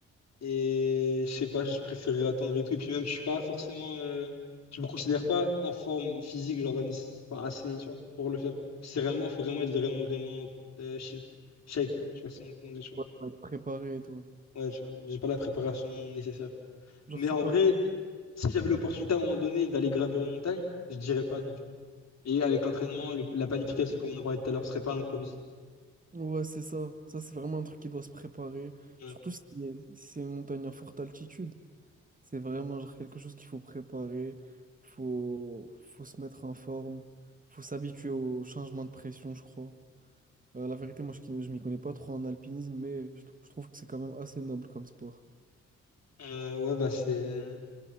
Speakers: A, on the left (about 55°); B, on the right (about 25°).
A: et je sais pas, je préférerais attendre et tout. Et puis même, je suis pas forcément, euh, je me considère pas en forme physique, genre nécess- enfin, assez, tu vois, pour le faire. C'est vraiment, faut vraiment être vraiment, vraiment euh, shape. shape. Je sais pas si on comment on dit, tu vois.
B: Ouais, faut être préparé et tout.
A: Ouais, tu vois, j'ai pas la préparation nécessaire.
B: Genre,
A: Mais
B: c'est
A: en
B: pas.
A: vrai. Si j'avais l'opportunité à un moment donné d'aller gravir une montagne, je dirais pas non, tu vois. Et avec l'entraînement, le- la planification, comme on en parlait tout à l'heure, ce serait pas à l'improviste.
B: Ouais, c'est ça. Ça, c'est vraiment un truc qui doit se préparer.
A: Ouais.
B: Surtout si si c'est une montagne à forte altitude. C'est vraiment genre quelque chose qu'il faut préparer. Faut... faut se mettre en forme. Faut s'habituer au changement de pression, je crois. Euh, la vérité, moi, je ne m'y connais pas trop en alpinisme, mais je, trou- je trouve que c'est quand même assez noble comme sport.
A: Euh, ouais, bah c'est